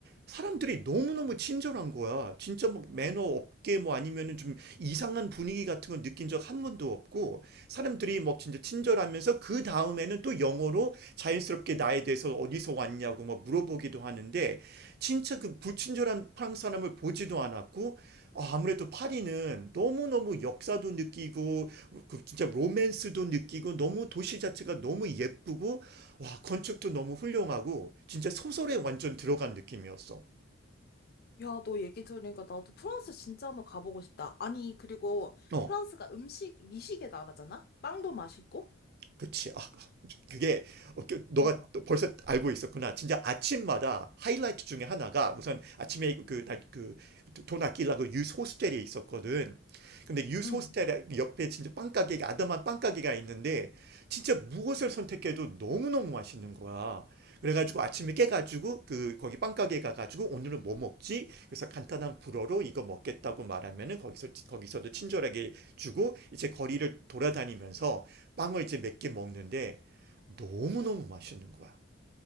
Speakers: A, on the right; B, on the left.
A: 사람들이 너무너무 친절한 거야. 진짜 뭐 매너 없게 뭐 아니면은 좀 이상한 분위기 같은 거 느낀 적 한 번도 없고 사람들이 뭐 진짜 친절하면서 그 다음에는 또 영어로 자연스럽게 나에 대해서 어디서 왔냐고 뭐 물어보기도 하는데 진짜 그 불친절한 프랑스 사람을 보지도 않았고 아, 무래도 파리는 너무너무 역사도 느끼고, 그 진짜 로맨스도 느끼고, 너무 도시 자체가 너무 예쁘고, 와, 건축도 너무 훌륭하고, 진짜 소설에 완전 들어간 느낌이었어.
B: 야, 너 얘기 들으니까 나도 프랑스 진짜 한번 가보고 싶다. 아니, 그리고
A: 어.
B: 프랑스가 음식, 미식의 나라잖아? 빵도 맛있고?
A: 그치. 아, 그게 어, 그- 너가
B: 어,
A: 벌써 알고 있었구나. 진짜 아침마다 하이라이트 중에 하나가 우선 아침에 그그돈 아끼려고 유스 호스텔에 있었거든. 근데 유스
B: 응.
A: 호스텔 옆에 진짜 빵 가게가 아담한 빵 가게가 있는데 진짜 무엇을 선택해도 너무너무 맛있는 거야. 그래가지고 아침에 깨가지고 그 거기 빵 가게 가가지고 오늘은 뭐 먹지? 그래서 간단한 불어로 이거 먹겠다고 말하면은 거기서 거기서도 친절하게 주고 이제 거리를 돌아다니면서 빵을 이제 몇 개 먹는데 너무너무 맛있는 거야.